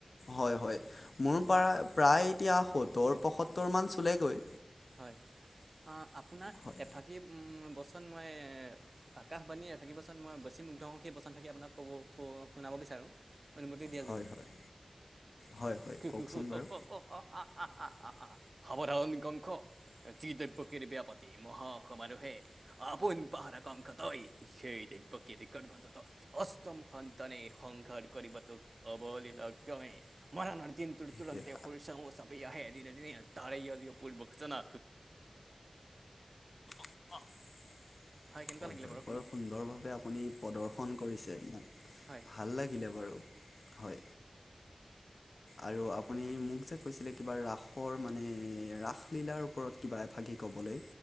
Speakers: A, on the left; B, on the right.
A: হয় হয় মোৰ পৰা। প্ৰায় এতিয়া সত্তৰ পয়সত্তৰমান চুলেগৈ।
B: হয়। আপোনাৰ
A: হয়
B: এফাকি উম বচন মই আকাশবাণীয়ে ভাকি বচন মই বেছিমগ্ধ হওঁ সেই বচন ভাাগি আপোনাক ক'ব শুনাব। বিচাৰো। অনুমতি দিয়ে
A: হয়
B: যদি।
A: হয় হয় হয়
B: উম
A: কওকচোন
B: উম
A: বাৰু
B: উম হা হা হা। হা হা সাবধান কংখ। যি দৈৱকীৰ বিয়াপাতি মহা সমাৰোহে আপোন পাহাৰ কংস তই সেই দ প্ৰকৃতি গৰ্ভত অষ্টম সন্তানে সংঘৰ কৰিবটোক অৱল লক্ষমে মাৰ নদিন ত তুৰন্তে
A: সেয়া
B: খা চপি তাই আহোৰ। পৰি বখছে না
A: হয়
B: কেনেকুৱা লাগিলে
A: হয়
B: বাৰু
A: বৰ
B: শুনি
A: সুন্দৰভাৱে আপুনি প্ৰদৰ্শন কৰিছে মোক
B: হয়
A: ভাল লাগিলে বাৰু। হয় আৰু আপুনি
B: হয় হয়
A: মোক যে কৈছিলে। কিবা ৰাসৰ মানে ৰাস লীলাৰ ওপৰত কিবা এভাগি কবলৈ।